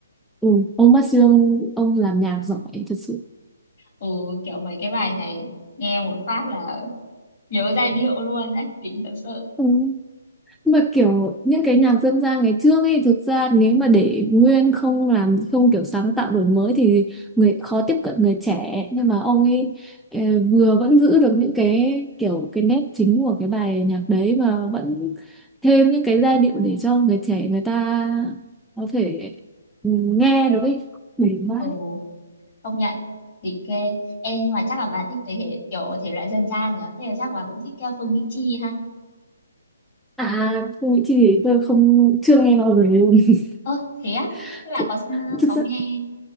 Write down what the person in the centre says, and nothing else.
ừ, ông Masew ông, ông làm nhạc giỏi thật sự
Ừ. mà kiểu những cái nhạc dân gian ngày trước ấy thực ra nếu mà để nguyên không làm không kiểu sáng tạo đổi mới thì người khó tiếp cận người trẻ nhưng mà ông ấy ờ, vừa vẫn giữ được những cái kiểu cái nét chính của cái bài nhạc đấy và vẫn thêm những cái giai
điệu để cho người trẻ người ta có thể ừ, nghe được ấy đỉnh vãi
à không nghĩ chi thì tôi không chưa nghe bao giờ luôn <laughs>
thực,
thực
sự